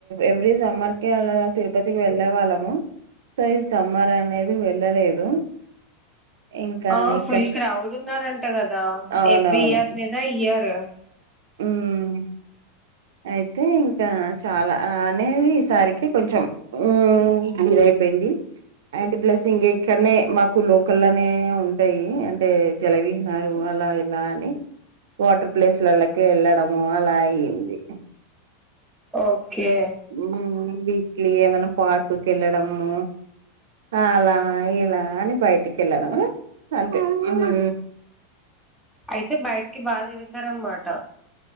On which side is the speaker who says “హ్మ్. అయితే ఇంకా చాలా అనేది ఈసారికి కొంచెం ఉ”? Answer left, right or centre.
Right